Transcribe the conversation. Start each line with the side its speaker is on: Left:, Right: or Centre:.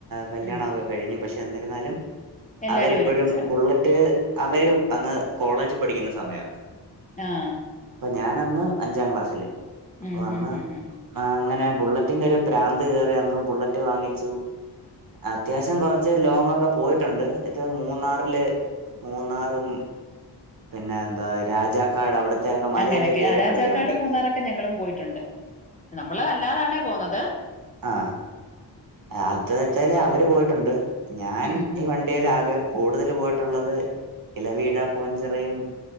Right: കല്യാണമൊക്കെ
Left: ഉം
Right: കഴിഞ്ഞു പക്ഷെ ചെന്നിരുന്നാലും
Left: എല്ലാരും
Right: അവരിപ്പോഴും
Left: ഒരുമിച്ചാ
Right: ബുള്ളറ്റ് അവര് വന്ന് കോളേജ് പഠിക്കുന്ന സമയാ
Left: ആഹ
Right: ഞാനന്ന് അഞ്ചാം ക്ലാസ്സില് അപ്പൊ
Left: ഉം
Right: അന്ന്
Left: ഉം ഉം ഉം
Right: ആ അങ്ങനെ ബുള്ളറ്റിന്റെ ഒരു പ്രാന്ത ന്ന് ബുള്ളറ്റ് വാങ്ങിച്ചു അത്യാവശ്യം കുറച്ച് ലോങ്ങൊക്കെ പോയിട്ടുണ്ട് ഇത് മൂന്നാറില് മൂന്നാറും പിന്നെ എന്താ രാജാക്കാട് അവിടത്തെയൊക്കെ മലയൊക്കെ
Left: അങ്ങനെയൊക്കെ
Right: കേറിയിട്ടുണ്ട്
Left: ആ രാജാക്കാട്
Right: ഈ വണ്ടി
Left: മൂന്നാറൊക്കെ ഞങ്ങളും പോയിട്ടുണ്ട് നമ്മൾ അല്ലാതാണേ പോന്നുന്നത്
Right: ആഹ അദ്ച്ചല് അവര് പോയിട്ടുണ്ട് ഞാൻ
Left: ഉം ഉം
Right: ഈ വണ്ടിൽ ആകെ കൂടുതൽ പോട്ട ട്ടുള്ളത് ഇല വീഴാ പൂൻ ചെറയും